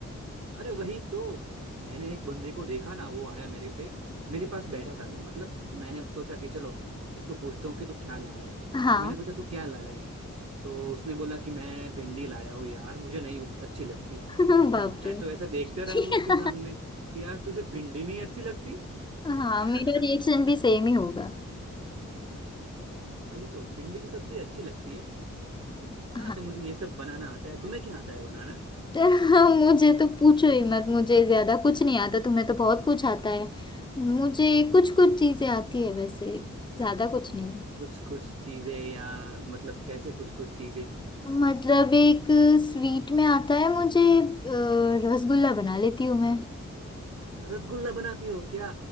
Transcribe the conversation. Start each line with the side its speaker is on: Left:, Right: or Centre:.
Right: अरे वही तो मैंने एक बंदे को देखा ना वो आया मेरे से मेरे पास बैठा था वो मतलब मैंने सोचा कि चलो इसको पूछता हूँ कि तू क्या लाया है
Left: हाँ
Right: तो मैंने पूछा तू क्या लाया है तो उसने बोला कि मैं भिंडी लाया हूँ यार मुझे नहीं अच्छी लगती
Left: <laughs> बाप
Right: तो मैं
Left: रे
Right: तो ऐसा देखते रहा
Left: <laughs>
Right: उसके सामने कि यार तुझे भिंडी नहीं अच्छी लगती
Left: हाँ
Right: <laughs>
Left: मेरा रिएक्शन भी सेम ही होगा
Right: वही तो भिंडी की सब्जी अच्छी लगती है हाँ
Left: हाँ
Right: तो मुझे ये सब बनाना आता है तुम्हें क्या आता है बनाना
Left: तो <laughs> मुझे तो पूछो ही मत मुझे ज्यादा कुछ नहीं आता तुम्हें तो बहुत कुछ आता है मुझे कुछ कुछ चीजें आती है वैसे ज्यादा कुछ नहीं
Right: कुछ कुछ चीजें या मतलब कैसे कुछ कुछ चीजें
Left: मतलब एक स्वीट में आता है मुझे अ, रसगुल्ला बना लेती हूँ मैं
Right: रसगुल्ला बनाती हो क्या